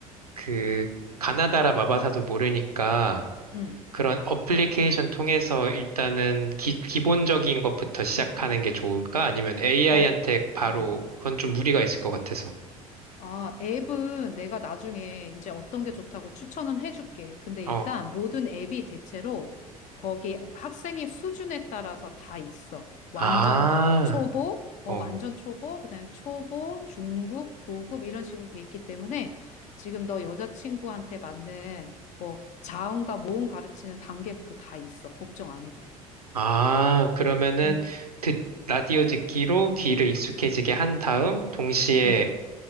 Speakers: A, on the right; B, on the left.
A: 그 가나다라 마바사도 모르니까
B: 응.
A: 그런 어플리케이션 통해서 일단은 기, 기본적인
B: 어.
A: 것부터 시작하는 게 좋을까? 아니면 AI한테
B: 어.
A: 바로
B: 어,
A: 그건 좀 무리가 있을 것 같아서.
B: 아, 앱은 내가 나중에 이제 어떤 게 좋다고 추천은 해줄게. 근데
A: 어.
B: 일단 모든 앱이 대체로 거기 학생의 수준에 따라서 다 있어. 완전
A: 아.
B: 초보, 어,
A: 어.
B: 완전 초보, 그다음에 초보, 중급, 고급 이런 식으로 돼 있기 때문에 지금 너 여자친구한테 맞는 뭐 자음과 모음 가르치는 단계부터 다 있어. 걱정 안 해도 돼.
A: 아, 그러면은
B: 응,
A: 듣, 라디오 듣기로 귀를 익숙해지게 한 다음 동시에
B: 응.